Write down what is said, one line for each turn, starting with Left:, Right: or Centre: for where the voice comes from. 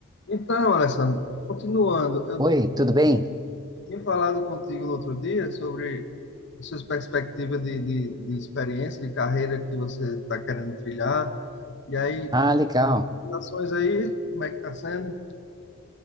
Left: Então, Alessandro, continuando, eu
Right: Oi,
Left: tinha,
Right: tudo bem?
Left: eu tinha falado contigo no outro dia sobre suas perspectivas de, de, de experiência, de carreira que você está querendo trilhar. E aí,
Right: Ah, legal.
Left: ações aí, como é que está sendo?